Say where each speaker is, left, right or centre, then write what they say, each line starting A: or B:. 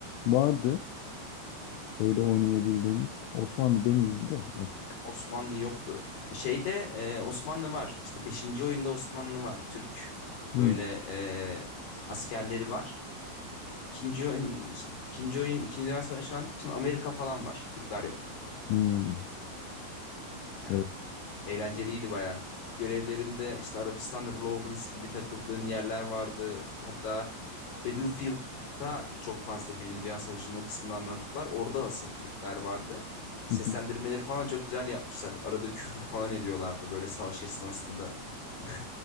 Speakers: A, on the left; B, on the left.
A: vardı. Öyle oynayabildiğimiz. Osmanlı demeyeyim de artık.
B: Osmanlı yoktu. Şeyde e, Osmanlı var. İşte beşinci oyunda Osmanlı var. Türk
A: Hmm.
B: böyle e, askerleri var. İkinci oyun, işte ikinci oyun İkinci Dünya Savaşı anlattığı için Amerika falan var. Türkler yok.
A: Hmm.
B: Yani
A: Evet.
B: Eğlenceliydi baya. Görevlerinde işte Arabistan'da Lawrence gibi takıldığın yerler vardı. Hatta Battlefield'da çok fazla Birinci Dünya Savaşı'nın o kısmını anlattılar. Orada asıl Türkler vardı. Seslendirmeleri
A: Hı hı.
B: falan çok güzel yapmışlar. Arada küfür falan ediyorlardı böyle savaş esnasında. <laughs>